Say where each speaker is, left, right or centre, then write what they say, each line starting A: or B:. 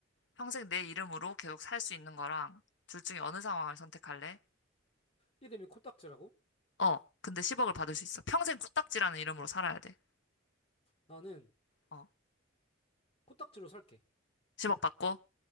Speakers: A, on the left (about 60°); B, on the left (about 30°).
A: 평생 내 이름으로 계속 살 수 있는 거랑 둘 중에 어느 상황을 선택할래?
B: 이름이 코딱지라고?
A: 어, 근데 10억을 받을 수 있어. 평생 코딱지라는 이름으로 살아야 돼.
B: 나는
A: 어,
B: 코딱지로 살게.
A: 10억 받고.